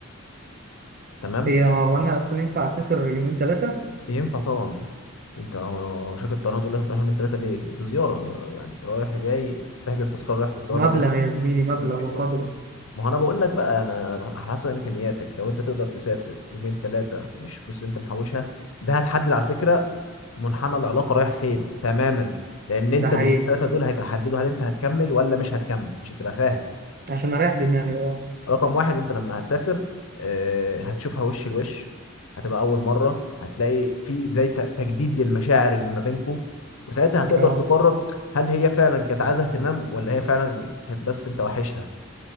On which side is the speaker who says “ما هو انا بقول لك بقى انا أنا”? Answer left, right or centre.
Left